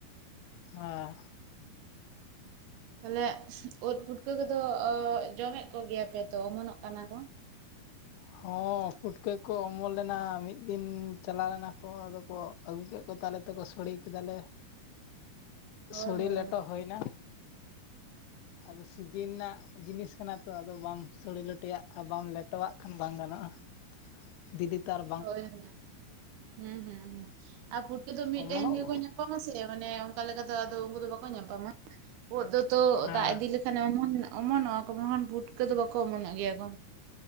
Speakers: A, on the left; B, on the right.
A: ᱦᱚᱸ
B: ᱛᱟᱞᱦᱮ ᱳᱫ ᱯᱩᱴᱠᱟᱹ ᱠᱚᱫᱚ ᱡᱚᱢᱮᱫ ᱠᱚ ᱜᱮᱭᱟᱯᱮ ᱛᱚ ᱚᱢᱚᱱᱚᱜ ᱠᱟᱱᱟ ᱠᱚ
A: ᱦᱮ <inaudible> ᱦᱚᱸ ᱯᱩᱴᱠᱟᱹ ᱠᱚ ᱚᱢᱚᱞ ᱞᱮᱱᱟ ᱢᱤᱫ ᱫᱤᱱ ᱪᱟᱞᱟᱣ ᱞᱮᱱᱟ ᱠᱚ ᱟᱫᱚ ᱠᱚ ᱟᱹᱜᱩ ᱠᱮᱫ ᱠᱚ ᱛᱟᱞᱮ ᱛᱮᱠᱚ ᱥᱚᱲᱮᱹ ᱠᱮᱫᱟᱞᱮ
B: ᱦᱳᱭ
A: ᱥᱚᱲᱮᱹ
B: ᱦᱳᱭ
A: ᱞᱮᱴᱚ ᱦᱩᱭᱱᱟ ᱟᱫᱚ ᱥᱤᱡᱤ ᱨᱮᱱᱟᱜ ᱡᱤᱱᱤᱥ ᱠᱟᱱᱟ ᱛᱚ ᱟᱫᱚ ᱵᱟᱢ ᱥᱚᱲᱮ ᱞᱚᱴᱮᱭᱟᱜ ᱟ ᱵᱟᱢ ᱞᱮᱴ ᱞᱮᱴᱚᱣᱟᱜ ᱠᱷᱟᱱ ᱵᱟᱝ ᱜᱟᱱᱚᱜᱼᱟ ᱫᱤᱫᱤ ᱛᱟᱨ
B: ᱦᱳᱭ ᱦᱚᱸ ᱦᱩᱸ ᱦᱩᱸ ᱦᱩᱸ ᱟᱨ ᱯᱩᱴᱠᱟᱹ ᱫᱚ ᱢᱤᱫᱴᱮᱱ
A: ᱚᱢᱚᱱᱚᱜ
B: ᱜᱮᱠᱚ ᱧᱟᱢ ᱧᱟᱯᱟᱢᱟ ᱥᱮ ᱢᱟᱱᱮ ᱚᱝᱠᱟ ᱩᱝᱠᱩ ᱫᱚ ᱵᱟᱠᱚ ᱧᱟᱯᱟᱢᱟ ᱩᱫ ᱫᱚᱛᱚ
A: ᱦᱮᱸ
B: ᱫᱟᱜ ᱤᱫᱤ ᱞᱮᱠ ᱠᱷᱟᱱ ᱚᱢᱚᱱ ᱚᱢᱚᱱᱚᱜᱼᱟ ᱠᱚ ᱵᱟᱠᱷᱟᱱ ᱯᱩᱴᱠᱟᱹ ᱫᱚ ᱵᱟᱠᱚ ᱚᱢᱚᱱᱚᱜ ᱜᱮᱭᱟ ᱠᱚ